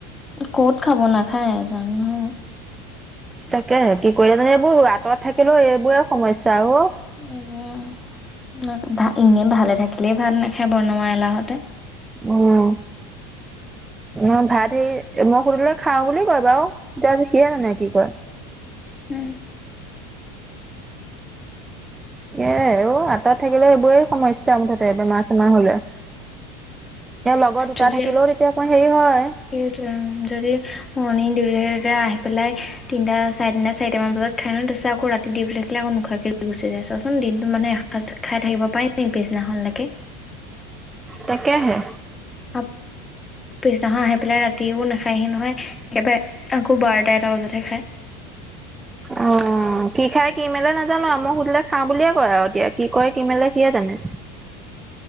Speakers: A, on the left; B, on the right.
A: ক'ত খাব নাখায় জানো নহয়।
B: তাকে কি কৰে মানে এইবোৰ আঁতৰত থাকিলেও এইবোৰে সমস্যা অ।
A: এইবোৰ আ ইনেই ভালে থাকিলেই ভাত নাখাই বনোৱা এলাহতে
B: উম অ ভাত সেই মই সুধিলে খাওঁ বুলি কয় বাৰু তেতিয়া সিয়ে জানে কি কয়
A: উম
B: কে অ আঁতৰত থাকিলে এইবোৰে সমস্যা মুঠতে বেমাৰ চেমাৰ হ'লে। তেওঁ লগ দুটা
A: যদি
B: থাকিলেও তেতিয়া আকৌ হেৰি হয়।
A: সেইটোৱে উম যদি মৰ্ণিং ডিউটি থাকে তেতিয়া আহি পেলাই তিনিটা চাৰে তিনিটা চাৰিটামান বজাত, খাই ন তাছত আকৌ ৰাতি দিউটি থাকিলে আকৌ নোখোৱাকে গুচি যাই, চোৱাচোন দিনটো মানে এসাজ খাই থাকিব পাৰে নি পিছদিনাখনলৈকে।
B: তাকেহে।
A: আপ পিছদিনাখন আহি পেলাই ৰাতিও নাখায়হি নহয়, একেবাৰে আকৌ বাৰটা এটা বজাতহে খায়।
B: অ কি খাই কি মেলে নাজানো আৰু মই সুধিলে খাওঁ বুলিয়ে কয় আৰু এতিয়া কি কয় কি মেলে সিয়ে জানে।